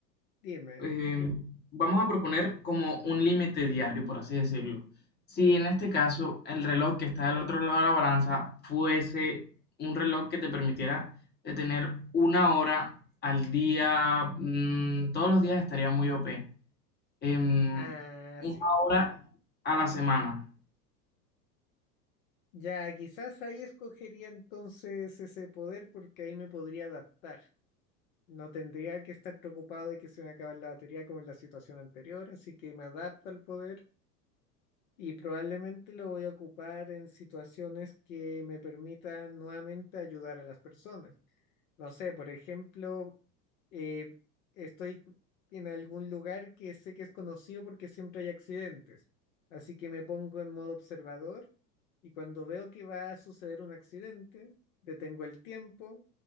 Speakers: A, on the left (about 55°); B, on the left (about 20°).
A: dime,
B: eh, vamos a proponer como un límite diario, por así decirlo. Si en este caso el reloj que está del otro lado de la balanza fuese un reloj que te permitiera detener una hora al día, mm, todos los días estaría muy OP. Em,
A: ah,
B: una
A: sí.
B: hora a la semana,
A: Ya, quizás ahí escogería entonces ese poder porque ahí me podría adaptar. No tendría que estar preocupado de que se me acabe la batería como en la situación anterior, así que me adapto al poder y probablemente lo voy a ocupar en situaciones que me permitan nuevamente ayudar a las personas. No sé, por ejemplo, eh, estoy en algún lugar que sé que es conocido porque siempre hay accidentes. Así que me pongo en modo observador y cuando veo que va a suceder un accidente, detengo el tiempo,